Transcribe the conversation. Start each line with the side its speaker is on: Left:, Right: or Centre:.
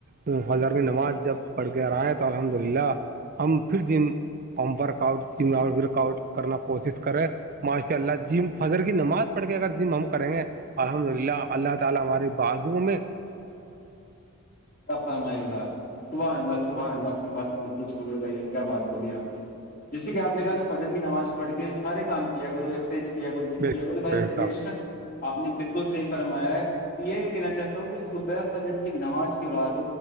Right: زار میں نماز جب پڑھ کے آئے تو الحمد للہ ہم پھر ج پمپ ورک آؤٹک آؤٹ کرنا کوشش کرے ماشاء اللہ جم فضر کی نماز پڑھ کے اگر م ہم کریں گے الحمدللہ اللہ تعالی ہمارے بازوں میں
Left: اللہ فرمائے گا سبحان اللہ صبحان اللہ آنی باتیں بالکل شکریہ بھان کیا بات بی آپ نے جیسے کہ اپ نے کہا جی فجر کی نماز پڑھ کے سارے کام کیا کرو ایکس ایکس کیا کرو
Right: بے
Left: کیا کرو تو بھائی
Right: شک
Left: جان
Right: شک
Left: بے اپ نے بالکل صحیح فرمایا ہے یہ نہیں کہنا چاہتا ہوں کہ صبح فاجر کی نماز بعد